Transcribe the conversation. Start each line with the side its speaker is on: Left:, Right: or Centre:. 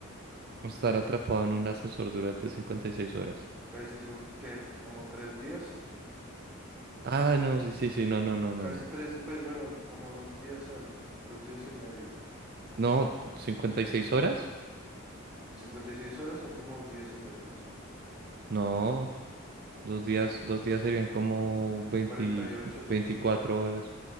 Right: Estar atrapado en un ascensor durante 56 horas.
Centre: Pues si son, ¿qué? Como tres días,
Right: Ah, no, sí, sí, sí, no, no, no, no,
Centre: casi
Right: no.
Centre: tres, pues bueno, como dos días algo, dos días y medio.
Right: No, cincuenta y seis horas?
Centre: 56 horas son como dos días y medio, sí.
Right: No, dos días, dos días serían como 20,
Centre: 48,
Right: 24 horas.